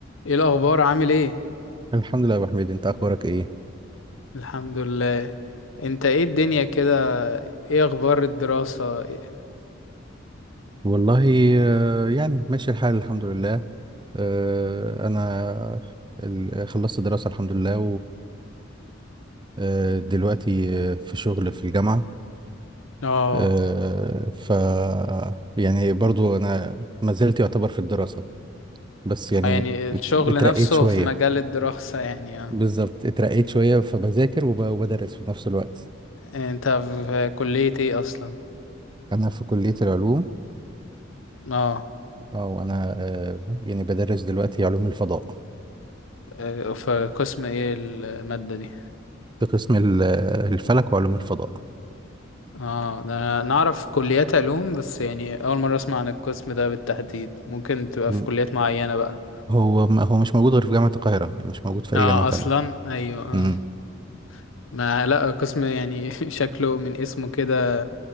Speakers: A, on the left; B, on the right.
A: ايه الاخبار عامل ايه
B: الحمد لله يا ابو حميد انت اخبارك ايه
A: الحمد لله انت ايه الدنيا كده ايه اخبار الدراسة إيه-
B: والله آه، يعني ماشي الحال الحمد لله آه، انا ال- خلصت دراسة الحمد لله ودلوقتي في شغل في الجامعة
A: اه
B: آه، ف يعني برضو انا ما زلت يعتبر في الدراسة بس يعني
A: آه، يعني الشغل
B: ات- اترقيت
A: نفسه
B: شوية
A: في مجال الدراسة يعني اه
B: بالظبط اترقيت شوية فبذاكر وب- وبدرس في نفس الوقت
A: انت في كلية ايه اصلا
B: انا في كلية العلوم
A: اه
B: او انا آه، يعني بدرس دلوقتي علوم الفضاء
A: آه، في قسم ايه المادة دي
B: في قسم ال- الفلك وعلوم الفضاء
A: اه ده أنا نعرف كليات علوم بس يعني اول مرة اسمع عن القسم ده بالتحديد ممكن تبقى
B: م-
A: في كليات معينة بقى
B: هو ما هو مش موجود غير في جامعة القاهرة يعني مش موجود في
A: اه
B: أي جامعة تانية
A: اصلا ايوه اه
B: مم.
A: ما لا قسم يعني <laughs> شكله من اسمه كده